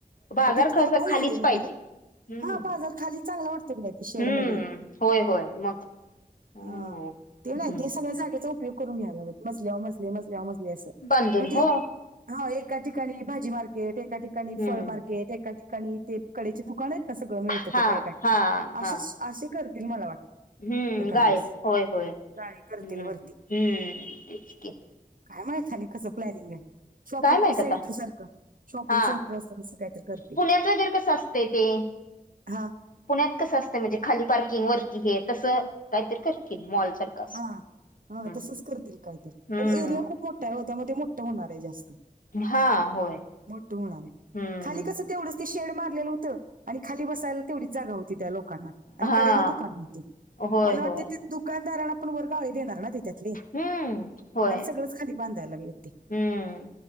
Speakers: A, on the left; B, on the right.
A: बाजार
B: मग तिथं
A: कसं
B: मोठा
A: खालीच
B: एरिया
A: पाहिजे. हम्म.
B: हा बाजार खाली चांगला वाटतो की नाही ते शेड
A: हम्म.
B: मध्ये
A: होय होय मग? हो
B: ह. ते नाही
A: हम्म.
B: ते सगळ्या <unintelligible> उपयोग करून घ्यायला लागलेत, मजल्यावर मजले मजल्यावर मजले असं.
A: बांधून
B: म्हणजे?
A: हो.
B: - हां. एका ठिकाणी भाजी मार्केट. एका ठिकाणी
A: हम्म.
B: फळ मार्केट. एक - -का ठिकाणी ते कडेचे दुकान आहेत ना? सगळं मिळतं
A: हा
B: ते काय काय?
A: हा हा
B: असेच असे करतील मला वाटते.
A: हम्म.
B: एखाद
A: गाय
B: वेळेस
A: होय होय.
B: गाडी करतील
A: हम्म हम्म.
B: वरती
A: तेच की.
B: काय माहित आणि कसं प्लॅनिंग आहे? शॉपिंग
A: काय माहित
B: सेंटर
A: आता
B: सारखं. शॉपिंग
A: हा
B: सेंटर <unintelligible> अस काहीतरी करतील.
A: पुण्यात वगैरे कसं असतंय ते
B: हा.
A: पुण्यात कसं असतं? म्हणजे खाली पार्किंग वरती हे तसं काहीतरी करतील मॉल सारखं. असं.
B: हा. हा
A: हम्म
B: तसंच करतील कायतरी.
A: हम्म.
B: पण एरिया खूप मोठ्ठा आहे हो, त्यामुळे ते मोठ्ठ होणार आहे जास्त.
A: हा होय.
B: मोठ्ठ होणार आहे.
A: हम्म.
B: खाली कस तेवढं- ते शेड मारलेलं होत. आणि खाली बसायला तेवढीच जागा होती त्या लोकांना. आणि
A: हा
B: कडेनं दुकान होते
A: होय
B: मला वाटते
A: होय
B: ते- दुकानदारांना पण वर गाळे देणार ना त्याच्यातले.
A: हम्म होय
B: कारण सगळंच खाली बांधायला लागले. ते
A: हम्म.